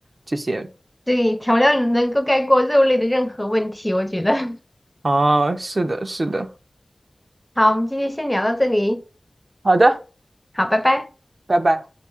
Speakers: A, on the right (about 65°); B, in the centre.
A: 这些。
B: 对，调料能够盖过肉类的任何问题，我觉得。<laughs>
A: 哦，是的，是的。
B: 好，我们今天先聊到这里，
A: 好的，
B: 好，拜拜。
A: 拜拜。